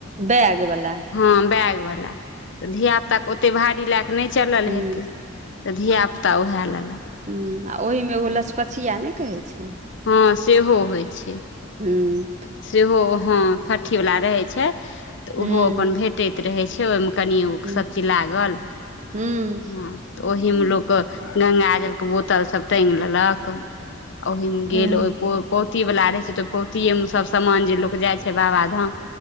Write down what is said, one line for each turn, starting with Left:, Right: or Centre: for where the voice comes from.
Right: बैग बला
Left: हँ बैग बला, तऽ धिया पुताके ओतेक भारी लए कऽ नहि चलल
Right: हूँ
Left: हेतै तऽ धियापुता उएह लेलक।
Right: हूॅं आ ओहिमे एगो लचपचिया नहि कहै छै
Left: हँ सेहो होइ छै।
Right: हूं
Left: सेहो हँ फठी बला रहै छै। तऽ
Right: हूँ
Left: ओहो अपन भेटैत रहै छै ओय मे कनिओ
Right: हूँ
Left: सभचीज लागल
Right: हूँ
Left: हॅं तऽ ओहिमे लोक गंगाजल के बोतल सब टांगि लेलक। ओहि मे गेल
Right: हूँ
Left: ओहि पो पोती बला रहै छै तऽ पौति मे सब समान जे लोक जाइ छै बाबाधाम